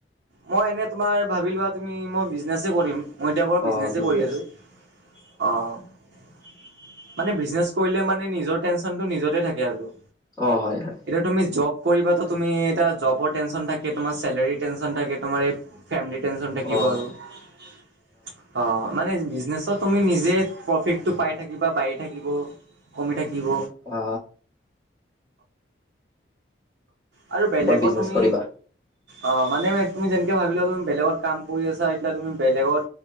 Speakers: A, on the right (about 70°); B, on the left (about 15°).
A: মই এনে তোমাৰ ভাবি লোৱা তুমি মই বিজনেছে কৰিম। মই এতিয়া বাৰো
B: অ
A: বিজনেছেই
B: বিজনেচ
A: কৰি আছো <inaudible> অ'। মানে বিজনেচ কৰিলে মানে নিজৰ টেনচনটো নিজতে থাকে আৰু।
B: অ', হয়-হয়।
A: এতিয়া তুমি জব কৰিবাতো তুমি এ, এটিয়া জবৰ টেনচন থাকে তোমাৰ, চেলাৰীৰ টেনচন থাকে তোমাৰ এই। ফেমেলিৰ টেনচন থাকিব
B: অ
A: আৰু অ', মানে বিজনেচত। তুমি নিজে প্ৰফিটটো পাই থাকিবা বাঢ়ি থাকিব, কমি থাকিব।
B: আ।
A: আৰু বেলেগৰ
B: ওপৰত বিজনেচ
A: তুমি।
B: কৰিবা
A: অ', মানে তুমি যেনেকে ভাবি লোৱা চোন, বেলেগত কাম কৰি আছা এতিয়া তুমি বেলেগত